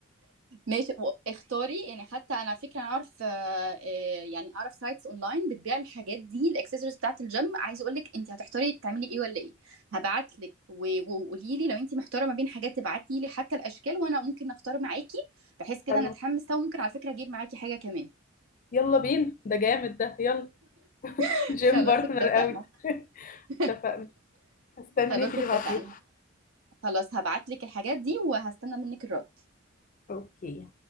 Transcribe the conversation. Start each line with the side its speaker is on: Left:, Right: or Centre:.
Right: ماشي واختاري يعني حتى انا على فكره انا اعرف آه، آه، يعني اعرف سايتس اونلاين بتبيع الحاجات دي الاكسسوارز بتاعه الجيم عايزه اقول لك انت هتحتاري تعملي ايه ولا ايه هبعت لك وقولي لي لو انت محتاره ما بين حاجات تبعتي لي حتى الاشكال وانا ممكن اختار معاكي بحيث كده
Left: حلو.
Right: نتحمس سوا ممكن على فكره اجيب معاكي حاجه كمان
Left: يلا بينا ده جامد ده يلا
Right: <laughs>
Left: جيم
Right: خلاص
Left: بارتنر
Right: اتفقنا
Left: قوي <laughs>
Right: <laughs>
Left: اتفقنا هستناك
Right: خلاص
Left: كده
Right: اتفقنا
Left: بعدين
Right: خلاص هبعت لك الحاجات دي وهستنى منك الرد
Left: اوكي